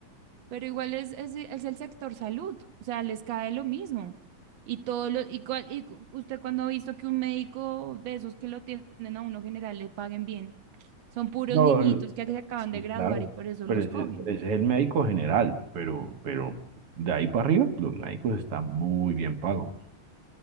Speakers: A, on the right; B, on the right.
A: Pero igual es, es, es el sector salud, o sea, les cae lo mismo. Y todo lo, y, cuál- y cu- usted cuando ha visto que un médico de esos que lo tienen a uno general le paguen bien, son puros
B: No,
A: niñitos
B: el-
A: que se acaban
B: sí,
A: de graduar
B: claro,
A: y por eso
B: pero
A: los
B: ese,
A: cogen.
B: ese es el médico general, pero, pero de ahí para arriba los médicos están muy bien pagos,